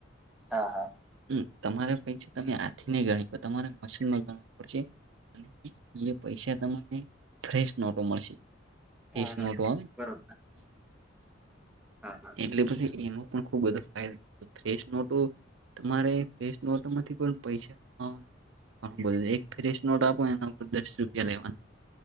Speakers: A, in the centre; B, on the right.
A: હા હા.
B: હમ, તમારે પૈસા તમે હાથથી નઈ ગણી તમારે મશીનનો ગણવું પડશે. અને પૈસા તમને ફ્રેશ નોટો મળશે.
A: હા
B: એજ
A: હા
B: નોટો આવેને
A: બરોબર હા <unintelligible>
B: એટલે પછી એનો પણ ખુબ બધો ફાયદોસ ન તો તમારે ફેશ નોટ માંથી પણ પૈસા કમાવાનું હા બોલો એક ફ્રેશ નોટ આપો એના ઉપર દસ રૂપિયા લેવાનું